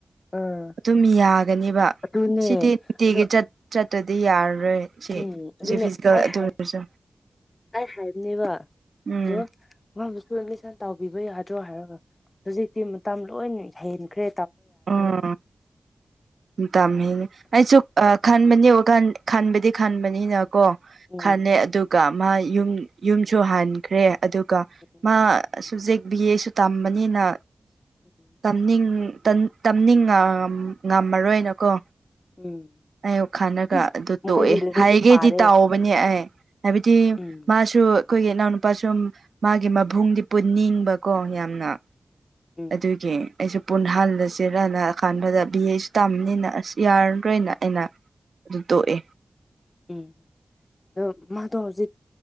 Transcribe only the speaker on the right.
ꯑꯗꯨꯝ ꯌꯥꯒꯅꯦꯕ
ꯁꯤꯗꯤꯤ ꯅꯨꯡꯇꯤꯒꯤ
ꯆꯠꯇꯗꯤ ꯌꯥꯔꯣꯏ ꯔꯣꯏ ꯁꯤ
ꯍꯧꯖꯤꯛ
ꯐꯤꯖꯤꯀꯦꯜ
ꯑꯗꯨ
ꯑꯣꯏꯔꯁꯨ
ꯎꯝ
ꯎꯝ ꯇꯃꯦ ꯍ ꯑꯩꯁꯨ ꯈꯟꯕꯅꯤ ꯈꯟꯕꯗꯤ ꯈꯟꯕꯅꯤꯅꯀꯣ
ꯈꯅꯦ ꯑꯗꯨꯒ ꯃꯥ ꯌꯨꯝ ꯌꯨꯝꯁꯨ ꯍꯟꯈ꯭ꯔꯦ ꯑꯗꯨꯒ
ꯃꯥ ꯕꯤ ꯑꯦꯁꯨ ꯇꯝꯕꯅꯤꯅ
ꯑꯝꯅꯤꯡ ꯇꯝꯅꯤꯡ ꯉꯝꯃꯔꯣꯏꯅꯀꯣ
ꯑꯌꯨꯛ ꯈꯥꯟꯂꯒ
ꯑꯗꯨ
ꯇꯣꯛꯑꯦ
ꯍꯥꯏꯒꯦꯗꯤ
ꯇꯥꯎꯕꯅꯦ ꯑꯩ ꯍꯥꯏꯕꯗꯤ
ꯃꯥꯁꯨ ꯑꯩꯈꯣꯏꯒꯤ ꯏꯅꯥꯎꯅꯨꯄꯥ ꯁ ꯃꯥꯒꯤ ꯃꯕꯨꯡꯗꯤ ꯄꯨꯟꯅꯤꯡꯕꯀꯣ ꯌꯥꯝꯅ
ꯑꯗꯨꯒꯤ ꯑꯩꯁꯨ ꯄꯨꯟ ꯍꯜꯂ ꯆꯦꯔꯛꯂꯀꯥꯟꯥꯟꯕꯗ ꯕꯤ ꯑꯦꯁꯨ ꯇꯝꯅꯤꯅ ꯑꯁ ꯌꯥꯔꯗ꯭ꯔꯣꯏꯅ ꯑꯩꯅ ꯑꯗꯨꯗꯣ ꯑꯦ